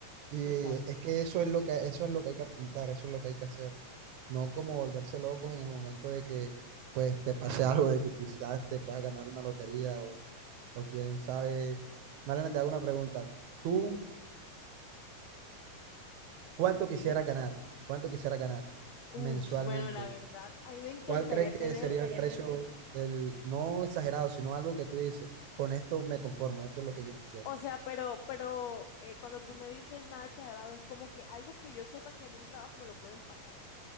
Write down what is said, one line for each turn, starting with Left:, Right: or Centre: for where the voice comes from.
Right: Y
Left: Totalmente.
Right: es que eso es lo que, eso es lo que hay que apuntar, eso es lo que hay que hacer. No como volverse locos en el momento de que pues te pase <laughs> algo, de que quizás te puedas ganar una lotería o, o quién sabe. Malena, te hago una pregunta. ¿Tú
Left: Dime,
Right: cuánto quisieras
Left: dime.
Right: ganar? ¿Cuánto quisieras ganar
Left: Uy,
Right: mensualmente?
Left: bueno, la verdad, a mí me encantaría
Right: ¿Cuál crees que
Left: tener
Right: sería el Seriamente. precio del, no exagerado, sino algo que tú dices, con esto me conformo, esto es lo que yo quisiera?
Left: O sea, pero, pero eh, cuando tú me dices nada exagerado, es como que algo que yo sepa que en un trabajo me lo pueden pagar.